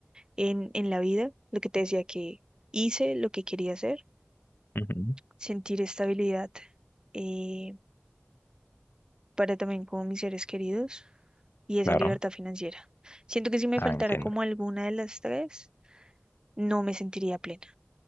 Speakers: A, on the right (about 20°); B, on the left (about 60°).
A: en, en la vida. Lo que te decía que hice lo que quería hacer,
B: ujú, ujú,
A: sentir estabilidad eh, para también con mis seres queridos y
B: Claro.
A: esa libertad financiera. Siento que si me
B: Ah,
A: faltara
B: entiendo.
A: como alguna de las tres, no me sentiría plena.